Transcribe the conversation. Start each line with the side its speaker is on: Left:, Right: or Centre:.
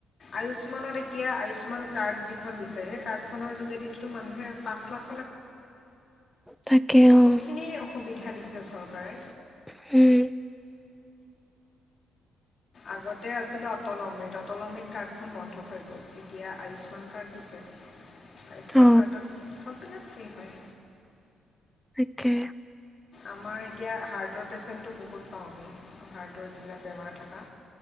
Left: আয়ুস্মানত এতিয়া আয়ুস্মান কাৰ্ড যিখন দিছে সেই কাৰ্ডখনৰ যোগেদি মানুহে পাঁচ লাখ
Centre: তাকে
Left: বহুত
Centre: অ
Left: খিনি অসুবিধা দিছে চৰকাৰে
Centre: হম।
Left: আগতে আছিলে অটল অমৃত অটল অমৃত কাৰ্ড খ বন্ধ হৈ গল এতিয়া আয়ুস্মান কাৰ্ড দিছে
Centre: <inaudible>
Left: আয়ুস্মান
Centre: অ
Left: কাৰ্ডত চব বিলাক ফ্ৰী হয়
Centre: তাকে
Left: আমাৰ এতিয়া হাৰ্টৰ পেচেণ্টটো বহুত পাওঁ আমি হাৰ্টৰ যিবিলাক বেমাৰ থকা